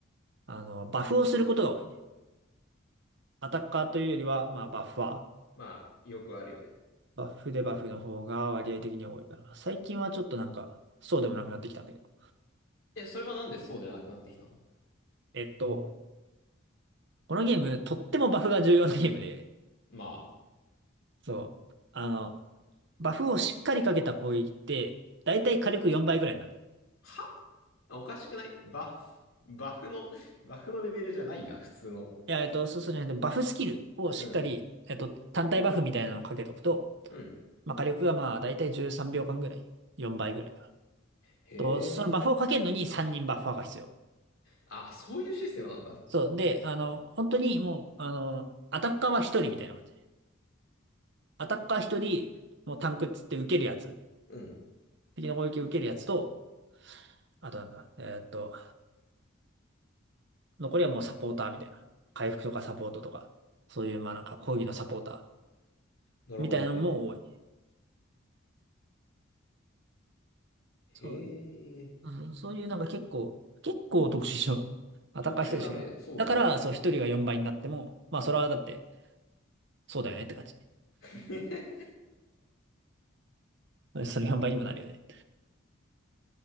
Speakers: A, on the right; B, on the left.
A: あの、バフをすることが多いね。アタッカーというよりは、まあ、バッファー。
B: まあ、よくあるよね。
A: バフでバフの方が割合的に多いから。最近はちょっとなんか、そうでもなくなってきたんだけど。
B: え、それはなんでそうじゃなくなってきたの
A: えっと、このゲーム、とってもバフが重要なゲームで、
B: まあ、
A: そう。あの、バフをしっかりかけた攻撃って、だいたい火力4倍ぐらいなの。
B: はおかしくないバフ、バフの、バフのレベルじゃないが、普通の。
A: いや、えっと、そうそうじゃなくて、バフスキルをしっかり、
B: うん。
A: えっと、単体バフみたいなのをかけとくと、
B: うん。
A: まあ、火力がまあ、だいたい13秒間ぐらい。4倍ぐらいかな。
B: へえ。
A: と、そのバフをかけるのに3人バッファーが必要。
B: あ、そういうシステムなんだ。
A: そう。で、あの、本当にもう、あの、アタッカーは1人みたいな感じ。アタッカー1人、もうタンクっつって受けるやつ。
B: うん。
A: 敵の攻撃を受けるやつと、あとなんだ、えーっと、残りはもうサポーターみたいな。回復とかサポートとか、そういうまあなんか講義のサポータ
B: なるほどね。
A: ーみたいなのも多い。
B: へえ。
A: そう。うんそういうなんか結構、結構特殊症。まあ、
B: 特殊だね。
A: 高い人でしかいないだから、
B: そうだね。
A: そう、一人が4倍になっても、まあ、それはだって、そうだよねって感じ。
B: <laughs>
A: <laughs> それ4倍にもなるよね。